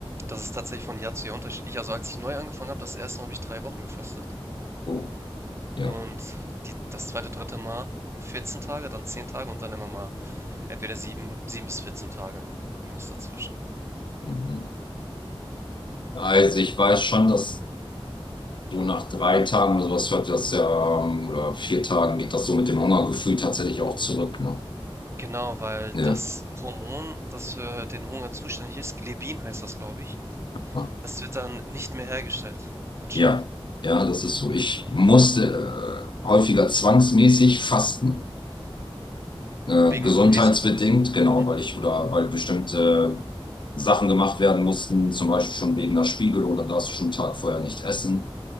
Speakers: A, on the right (about 25°); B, on the left (about 55°).
A: Das ist tatsächlich von Jahr zu Jahr unterschiedlich. Also als ich neu angefangen habe, das erste Mal habe ich drei Wochen gefastet.
B: Oh, ja.
A: Und die, das zweite, dritte Mal 14 Tage, dann 10 Tage und dann immer mal entweder 7, 7 bis 14 Tage mal. Irgendwas dazwischen.
B: Mhm. Also ich weiß schon, dass du nach drei Tagen oder sowas hört das ja, ähm, oder vier Tagen geht das so mit dem Hungergefühl tatsächlich auch zurück, ne?
A: Genau, weil
B: Ja.
A: das Hormon, das für den Hunger zuständig ist, Glebin heißt das, glaube ich,
B: Ah,
A: das wird dann nicht mehr hergestellt, anscheinend.
B: Ja. Ja, das ist so. Ich musste äh, häufiger zwangsmäßig fasten. Äh,
A: Wegen
B: gesundheitsbedingt,
A: OPs und sowas.
B: genau,
A: Mhm.
B: weil ich oder weil bestimmte Sachen gemacht werden mussten, zum Beispiel schon wegen der Spiegelung, oder darfst du schon einen Tag vorher nicht essen.